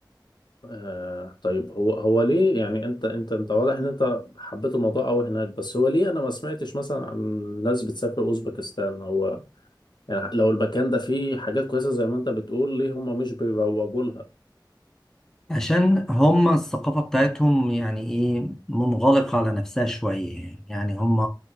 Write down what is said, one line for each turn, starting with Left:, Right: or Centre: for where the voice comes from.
Left: آه طيب هو هو ليه يعني انت انت انت واضح ان انت حبيت الموضوع قوي هناك بس هو ليه انا ما سمعتش مثلا عن ناس بتسافر اوزبكستان هو يعني لو المكان ده فيه حاجات كويسة زي ما انت بتقول ليه هم مش بيروجوا لها
Centre: عشان هم الثقافة بتاعتهم يعني ايه منغلقة على نفسها شوية يعني هم